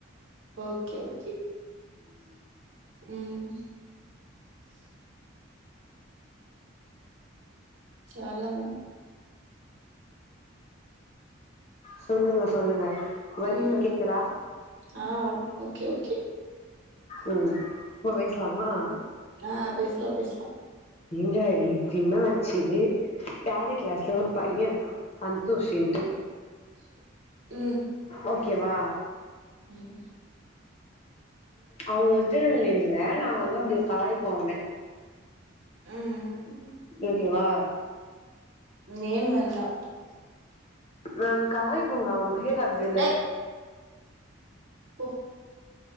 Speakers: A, on the right; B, on the left.
A: ஓகே ஓகே உம் <inaudible> செல்லமா
B: சொல்லுங்க சொல்லுங்க
A: ம்
B: இப்ப கேக்குதா
A: ஆ ங் ஓகே ஓகே
B: உம் இப்ப பேசலாமா
A: ம் ஆ பேசலா பேசலா
B: எங்க இன்னகி ஆச்சு டேலி கிளாஸ்ல ஒரு பையேன் இருக்கா சந்தோஷ் இன்ட்டு
A: உம்
B: ஓகேவா
A: உம்
B: அவுங்க ஒரிஜினல் நேம் இல்ல நாங்க வந்து அப்டி கலாய்ப்போ அவன
A: உம்
B: ஓகேவா
A: நேம் வெண்னா
B: நாங்க கலாய்ப்போங்க அவன் பேர் அது தில்ல
A: ஏய் போ